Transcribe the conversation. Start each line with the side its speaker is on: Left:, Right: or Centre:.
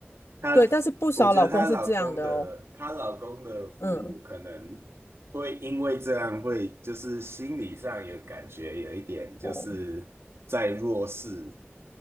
Right: 她，
Left: 对，但是不少老公是这样的哦，
Right: 我觉得她老公的，她老公的父母可能
Left: 嗯，
Right: 会因为这样，会就是心理上有感觉，有一点就是在弱势
Left: 哦，